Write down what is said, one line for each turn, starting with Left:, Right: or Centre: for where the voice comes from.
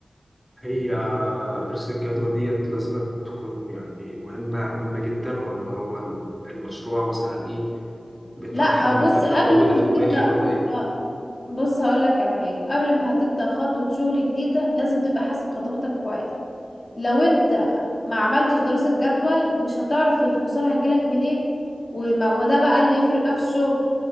Centre: هي دراسه الجدوى ديت لازم تكون يعني مهمه مهمه جدا ولا هو ال- المشروع مثلا ايه بيتفتح
Left: لا
Centre: ان
Left: بص
Centre: الفكره موجوده
Left: قبل ما
Centre: في دماغي
Left: هتبدأ
Centre: ولا ايه
Left: آه، بص هقولك على حاجة قبل ما هتبدأ خطوة شغل جديدة لازم تبقى حاسب خطواتك كويس لو انت ما عملتش دراسة جدول مش هتعرف الخسارة هتجيلك منين وما- وده بقى اللي يفرق بقى في الشغل